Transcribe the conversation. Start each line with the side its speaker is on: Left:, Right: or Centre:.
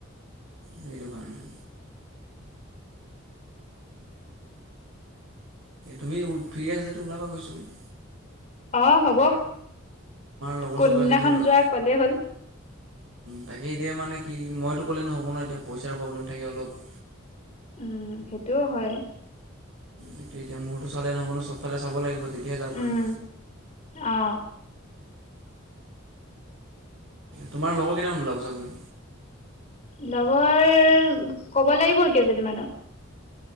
Right: সেইটো কাৰণে। তুমি ফ্ৰী আছা যদি ওলাবা কৈচোন।
Left: অ হব,
Right: লগৰ
Left: কোনদিনাখন
Right: চগৰ যদি ওলোৱা।
Left: যোৱা কলেই হ'ল।
Right: তাকে এতিয়া মানে কি মইতো ক'লে নহ'ব ন, এতিয়া পইচাৰ প্ৰব্লেম থাকে অলপ।
Left: উম সেইটোও হয়
Right: এইটো এতিয়া মোৰতো চালে নহব ন চব ফালে চাব লাগিব। তেতিয়াহে যাব পাৰিম
Left: উম অ
Right: তোমাৰ লগৰ কেইটামান ওলাব চাগে
Left: লগৰ কব লাগিব কেইজনীমানক